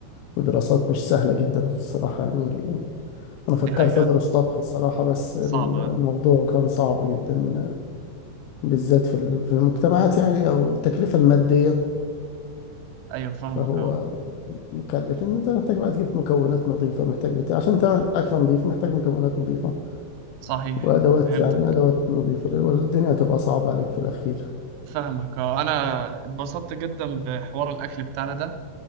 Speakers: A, on the left; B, on the right.
A: ودراسات مش سهلة جدا الصراحة يعني ال- أنا فكرت
B: دي حقيقة
A: أدرس طبخ الصراحة بس الموضوع
B: صعبة أه
A: كان صعب جدا بالذات في ال- في المجتمعات يعني أو التكلفة المادية
B: أيوة فاهمك
A: فهو
B: أه
A: مكلف إن أنت محتاج بقى تجيب مكونات نظيفة محتاج بتاع عشان تعمل أكلة نظيفة محتاج مكونات نظيفة
B: صحيح
A: وأدوات
B: فهمتك
A: يعني أدوات نظيفة والدنيا هتبقى صعبة عليك في الأخير
B: فاهمك أه أنا اتبسطت جدا بحوار الأكل بتاعنا ده